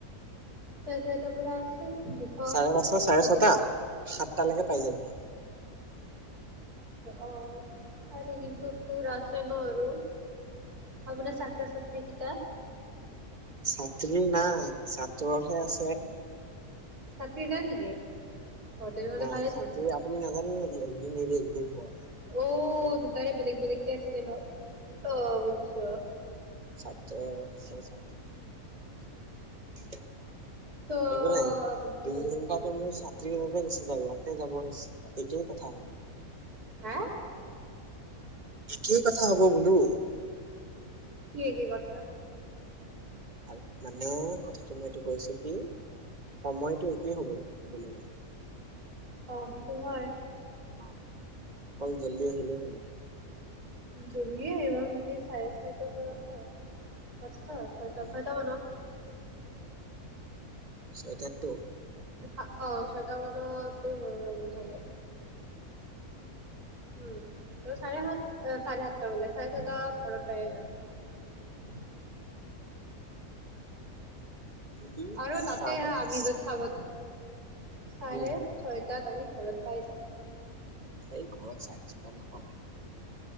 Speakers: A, on the right; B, on the right.
A: চাৰে চাৰিটাৰ পৰা আছে দুশ
B: চাৰে পাঁচটা চাৰে
A: দুশ
B: ছটা
A: বিশ টকা
B: সাতটালৈকে পাই যাব
A: অ আৰু কিন্তু তোৰ আছে নো আৰু ভাবনা ছাত্ৰ ছাত্ৰী কিতাপ
B: ছাত্ৰী নাই ছাত্ৰহে আছে
A: ছাত্ৰী নাই নেকি অ' তেনেহ'লে
B: নাই
A: ভালেচোন
B: ছাতি আপুনি নাজানে নেকি একদিন এৰি হয়
A: অ দুটাৰে বেলেগ বেলেগকে আছিলে ন অ বুজিছো
B: সাত এইকাৰে
A: ত' আপুনিতো
B: দুই
A: কৰিব
B: ঘণ্টাটো
A: কি
B: ম ছাত্ৰী কথাতে গুছি যায় আৰু ত যাব এইটোৱে কথা হ
A: হ
B: একেই কথা হব বোলো
A: কি এগে কথা
B: আৰু মানে কথাটো মই এইটো কৈছো কি সময়টো একেই হ'ব কবলে গলে
A: অ সেইটো হয়
B: অ অকল জল্দি আহিলেই হল
A: জল্দি এইবাৰ গোদি চাৰে চাৰিটা পৰাহা পচ ছয় ছয়টা
B: উম
A: মানত
B: ছয়টাত টো
A: হা অ ছয়টা মানতো হৈ লব চাগে উম ত চাৰে সাত চাৰে সাতটা বলে চাৰে ছাতটা ঘৰত পাইয়ে যাম।
B: যদি
A: আৰু তাতে
B: চাৰে
A: আহা আমি য'ত
B: চাৰে
A: চাব চাৰে
B: উম
A: ছয়টা তাত আমি ঘৰত পাই যাম
B: এই ঘৰত চাই আছ তাত নাপামহি